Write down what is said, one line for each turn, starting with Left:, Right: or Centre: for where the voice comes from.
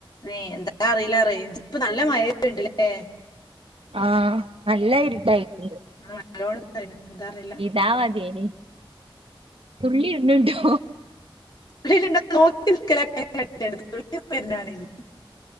Left: ഏഹ് എന്താ അറില റേഞ്ച് ഇപ്പ നല്ല മഴ വെര്ന്ണ്ട് ലേ?
Right: ആഹ് നല്ല ഇരുടായിക്കിണ്ട്
Left: ആഹ് നല്ലോണ ഇരിടായിണ് എന്താ അറില.
Right: താവാതനി, തുള്ളി ഇരുന്നുണ്ടോ?
Left: <unintelligible>